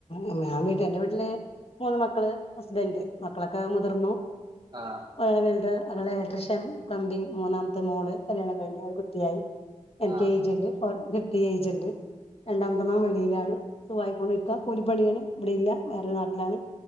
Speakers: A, on the left; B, on the right.
A: ആ ഞാൻ വീട്ട് എന്റെ വീട്ടില് മൂന്ന് മക്കള് ഹസ്ബന്റ് മക്കളൊക്കെ മുതിർന്നു
B: ആ
A: വ വരുടെ അകളെ ഇലക്ട്രിഷ്യൻ പ്ലംബിങ് മുന്നാമത്തെ മോള് കല്യാണം കഴിഞ്ഞ് ഒരു കുട്ടിയായി. എനിക്ക്
B: ആ ആ
A: ഏജന്റ് നിഫ്തി ഏജന്റ് രണ്ടാമതമാ വെളിയിലാണ്. സവായി പോണ് വക്ക കൂലിപ്പണിയാണ് ഇവിടെയില്ല വേറെ നാട്ടിലാണ്.